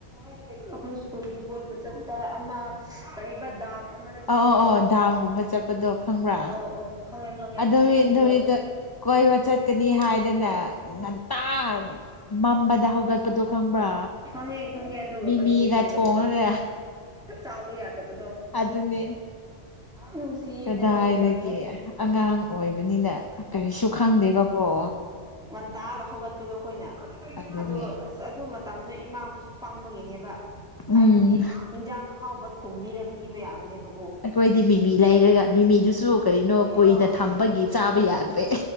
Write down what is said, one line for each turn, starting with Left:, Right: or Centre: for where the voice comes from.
Centre: ꯑꯩꯈꯣꯏ ꯁ꯭ꯀꯨꯜꯒꯤ ꯀꯣꯏꯕ ꯆꯠꯄ ꯑꯃ ꯀꯔꯤꯕ ꯗꯥꯝ ꯑꯃꯗ ꯆꯠꯄꯗꯨꯔꯣ
Left: ꯑꯣ ꯑꯣ ꯑꯣ ꯗꯥꯝꯒꯨꯝꯕ ꯆꯠꯄꯗꯣ ꯈꯪꯕ꯭ꯔꯥ
Centre: ꯑꯣ ꯑꯣ ꯈꯪꯉꯦ ꯈꯪꯉꯦ
Left: ꯑꯗꯨꯏ
Centre: ꯅꯨꯡꯁꯤꯗ꯭ꯔꯣ
Left: ꯅꯨꯃꯤꯠꯇ ꯀꯣꯏꯕ ꯆꯠꯀꯅꯤ ꯍꯥꯏꯗꯅ ꯉꯟ ꯇꯥ ꯃꯝꯕꯗ ꯍꯧꯒꯠꯄꯗꯣ ꯈꯪꯕ꯭ꯔꯥ
Centre: ꯈꯪꯉꯦ ꯈꯪꯉꯦ ꯑꯗꯨꯒ
Left: ꯃꯤꯃꯤꯒ
Centre: ꯀꯔꯤꯁꯨ ꯄꯨꯗꯕ
Left: ꯊꯣꯡꯉꯒ
Centre: ꯆꯥꯕ ꯌꯥꯗꯕꯗꯣ
Left: ꯑꯗꯨꯅꯦ
Centre: ꯅꯨꯡꯁꯤꯌꯦꯅꯦ
Left: ꯀꯗꯥꯏꯗꯒꯤ
Centre: ꯑꯗꯨ ꯃꯇꯝꯗꯣ
Left: ꯑꯉꯥꯡ ꯑꯣꯏꯕꯅꯤꯅ ꯀꯔꯤꯁꯨ ꯈꯪꯗꯦꯕ ꯑꯣ
Centre: ꯉꯟꯇꯥꯒ ꯍꯧꯒꯠ ꯗꯣ ꯑꯩꯈꯣꯏꯅ
Left: ꯑꯗꯨꯅꯦ
Centre: ꯑꯗꯣ ꯑꯁ ꯑꯗꯨ ꯃꯇꯝꯗꯣ ꯏꯃꯥꯈꯣꯏꯁꯨ ꯄꯪꯕꯒꯤꯅꯦꯕ
Left: ꯎꯝ
Centre: ꯍꯥꯏꯕꯗꯤ ꯏꯟꯖꯥꯡ ꯑꯍꯥꯎꯕ ꯊꯣꯡꯕꯤꯔ ꯄꯤꯕ ꯌꯥꯕꯅꯦꯕ
Left: ꯑꯩꯈꯣꯏꯗꯤ ꯃꯤꯃꯤ ꯂꯩꯔꯒ ꯃꯤꯃꯤꯗꯨꯁꯨ ꯀꯔꯤꯅꯣ ꯀꯨꯏꯅ
Centre: ꯑꯥ
Left: ꯊꯝꯕꯒꯤ ꯆꯥꯕ ꯌꯥꯗ꯭ꯔꯦ